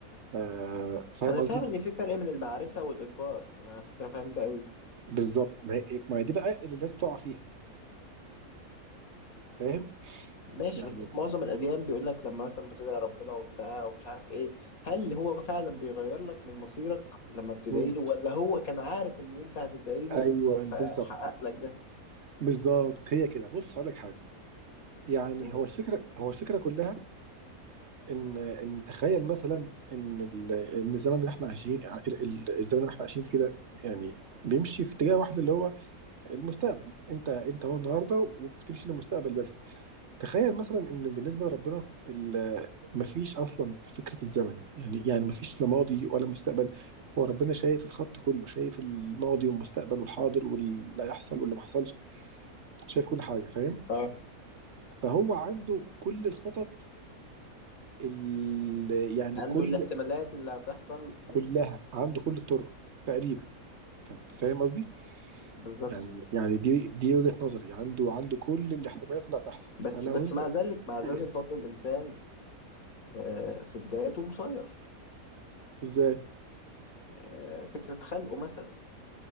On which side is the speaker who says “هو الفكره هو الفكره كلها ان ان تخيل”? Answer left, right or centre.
Right